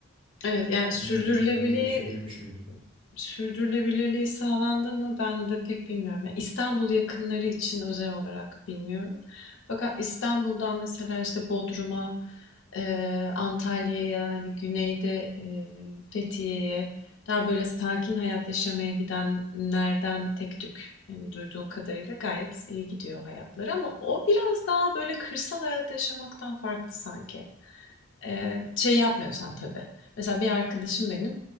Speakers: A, on the left; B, on the right.
A: evet yani sürdürülebilir
B: Bilmiyorum sen öyle bir şey duymuş muydun?
A: Sürdürülebilirliği sağlandı mı? Ben de pek bilmiyorum. Yani İstanbul yakınları için özel olarak bilmiyorum. Fakat İstanbul'dan mesela işte Bodrum'a, eee, Antalya'ya, hani güneyde eee, Fethiye'ye daha böyle sakin hayat yaşamaya gidenlerden tek tük hani duyduğum kadarıyla gayet iyi gidiyor hayatları ama o biraz daha böyle kırsal hayat yaşamaktan farklı sanki. Eee, şey yapmıyorsan tabii. Mesela bir arkadaşım benim